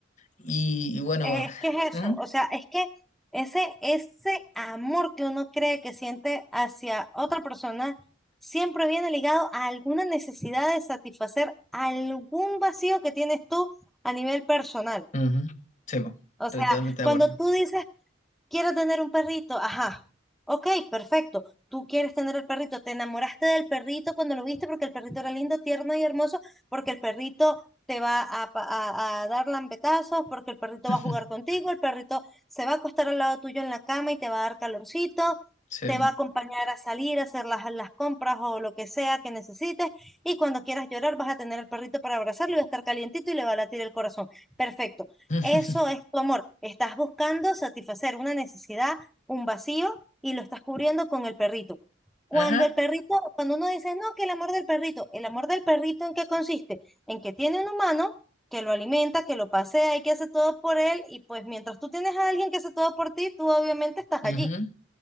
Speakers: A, on the left; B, in the centre.
A: Y, y bueno,
B: Eh, Es que es
A: ujú,
B: eso, o sea, es que ese, ese amor que uno cree que siente hacia otra persona siempre viene ligado a alguna necesidad de satisfacer algún vacío que tienes tú a nivel personal.
A: ujú, sí, po,
B: O
A: estoy
B: sea,
A: totalmente
B: cuando
A: de acuerdo.
B: tú dices, Quiero tener un perrito, ajá. Ok, perfecto. Tú quieres tener el perrito, te enamoraste del perrito cuando lo viste porque el perrito era lindo, tierno y hermoso, porque el perrito te va a, pa- a- a dar lambetazos, porque el perrito
A: <laughs>
B: va a jugar contigo, el perrito se va a acostar al lado tuyo en la cama y te va a dar calorcito,
A: Sí.
B: te va a acompañar a salir, a hacer las, las compras o lo que sea que necesites, y cuando quieras llorar vas a tener el perrito para abrazarlo y va a estar calientito y le va a latir el corazón. Perfecto.
A: <laughs>
B: Eso es tu amor. Estás buscando satisfacer una necesidad, un vacío, y lo estás cubriendo con el perrito. Cuando
A: Ajá.
B: el perrito, cuando uno dice, no, que el amor del perrito, el amor del perrito ¿en qué consiste? En que tiene un humano que lo alimenta, que lo pasea y que hace todo por él, y pues mientras tú tienes a alguien que hace todo por ti, tú obviamente estás
A: ujú,
B: allí.